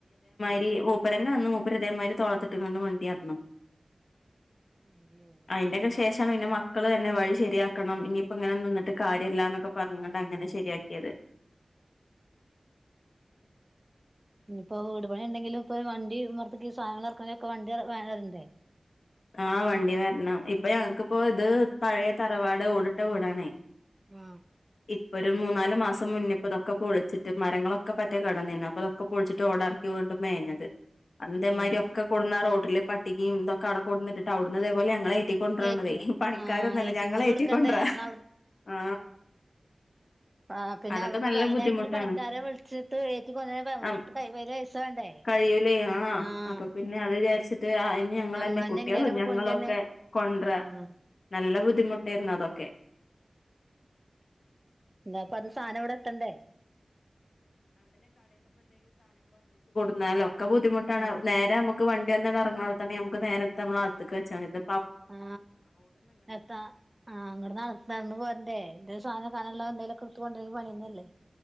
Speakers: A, on the left; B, on the right.
A: രി മൂപ്പരെന്നെ വെന്നു മൂപ്പര് ഇതേമാതിരി തോളത്ത്ട്ട്ങ്ങാണ്ട് മണ്ടി പർഞ്ഞു
B: അയ്യോ
A: അയ്ന്റൊക്കെ ശേഷാണ് പിന്നെ മക്കള് തന്നെ വഴി ശെരിയാക്കണം ഇനി ഇപ്പങ്ങനെ നിന്നിട്ട് കാര്യല്ലന്നൊക്കെ പറഞ്ങ്ങാണ്ട്
B: ആഹ്
A: അങ്ങനെ ശെരിയാക്ക്യേത്
B: പിന്നെപ്പോ വീട് പണി ണ്ടെങ്കിലും ഇപ്പൊരു വണ്ടി മ്മർത്ത്ക്ക് സാധനങ്ങൾ എർക്കാനൊക്കെ വണ്ടി വെരണ്ടേ
A: ആ വണ്ടി വെര്ണം ഇപ്പൊ ഞങ്ങക്ക്പ്പോ ഇത് പഴയ തറവാട് ഓടിട്ട വീടാണേ
B: ആ
A: ഇപ്പൊ ഒരു മൂന്നാല് മാസം മുന്നേ ഇപ്പതൊക്കെ പൊള്ച്ച്ട്ട് മരങ്ങളൊക്കെ പറ്റ കേടെന്നീന്നു അപ്പ തൊക്കെ പൊളിച്ച്ട്ട് ഓടെർക്കി വീണ്ടും മേ ഞത് അന്ന് ഇതേമാതിരി
B: ആഹ്
A: ഒക്കെ കൊടുന്ന ആ റോട്ടില് പട്ടികേം ഇതൊക്കെ അവടെ കൊട്ന്ന്ട്ട്ട്ട് അവിടുന്നതേ പോലെ ഞങ്ങളെ ഏറ്റിക്കൊണ്ട്രാണതെ
B: ഏറ്റ്
A: പണിക്കാരൊന്നല്ല
B: ആഹ് ഏറ്റുകൂലി
A: ഞങ്ങള് ഏറ്റിക്കൊണ്ട്ര
B: കൊടുക്കണ്ടേ നമ്മള്
A: ആ
B: ആ പിന്നെ
A: അതൊക്കെ
B: അവര്
A: നല്ല
B: അയ്നായ്റ്റൊരു
A: ബുദ്ധിമുട്ടാണ്
B: പണിക്കാരെ വിളിച്ചിട്ട് ഏറ്റി കൊണ്ടര്ണങ്കില് നമ്മളെട്ത്ത്
A: ആ
B: കയ്യില് പൈസ വേണ്ടേ
A: കഴിയൂലേ ആ
B: ആഹ്
A: അപ്പൊ പിന്നെ അത് വിചാരിച്ചിട്ട് അയ്ന് ഞങ്ങളെന്നെ
B: ഞമ്മളന്നെ
A: കൊ കുട്ട്യാളും
B: എങ്ങനേലൊക്കെ
A: ഞങ്ങളൊക്കെ
B: കൊണ്ടന്നെ
A: കൊണ്ട്രാൻ
B: ആഹ്
A: നല്ല ബുദ്ധിമുട്ടേര്ന്നു അതൊക്കെ <inaudible>
B: ങ്ങള് പറഞ്ഞ സാനം ഇവിടെ എത്തണ്ടേ
A: ന്നാലുംക്കെ ബുദ്ധിമുട്ടാണ്
B: ഉം
A: നേരെ നമുക്ക് വണ്ടി വന്നാല് എറങ്ങണോട്ത്തെന്നെ നമുക്ക് നേരെ ട്ത്ത് ഞമ്മളെ അകത്ത്ക്ക് വെച്ചാ മതി ഇത്
B: ആ എത്താ ആ അങ്ങട്ട് നട നടന്ന് പോരണ്ടേ എന്തേം സാനം സാനുള്ള എന്തേലുംക്കെടുത്ത് <unintelligible> പണിയന്നല്ലേ